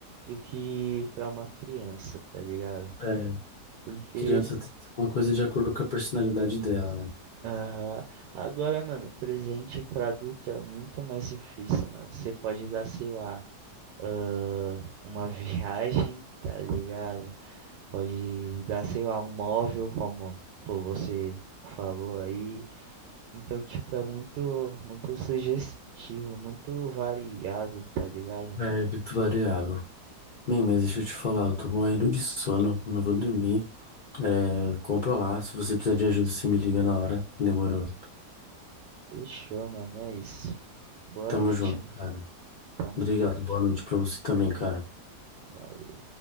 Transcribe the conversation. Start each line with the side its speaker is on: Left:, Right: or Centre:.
Right: do que pra uma criança, tá ligado?
Left: É,
Right: Porque
Left: criança tem uma coisa de acordo com a personalidade dela, né?
Right: ah, agora, mano, presente para adulto é muito mais difícil, mano. Você pode dar, sei lá, ah, uma <laughs> viagem, tá ligado? Pode dar, sei lá, um móvel, como pô, você falou aí. Então, tipo, é muito, muito sugestivo, muito variado, tá ligado?
Left: É muito variável. Bem, mas deixa eu te falar, eu tô morrendo de sono, não vou dormir. É, compra lá, se você precisar de ajuda, você me liga na hora. Demorou.
Right: Fechou, mano, é isso. Boa
Left: Tamo
Right: noite,
Left: junto,
Right: mano.
Left: cara.
Right: Tamo
Left: Obrigado,
Right: junto.
Left: boa noite pra você também, cara.
Right: Valeu.